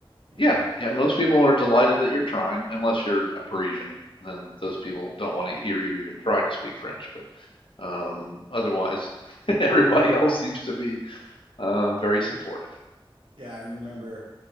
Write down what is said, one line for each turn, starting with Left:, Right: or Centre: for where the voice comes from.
Right: you
Left: Yeah,
Right: know.
Left: yeah, most people are delighted that you're trying, unless you're a Parisian. Then those people don't want to hear you even try to speak French. But um, otherwise, <laughs> everybody else seems to be uh, very supportive.
Right: Yeah, I remember.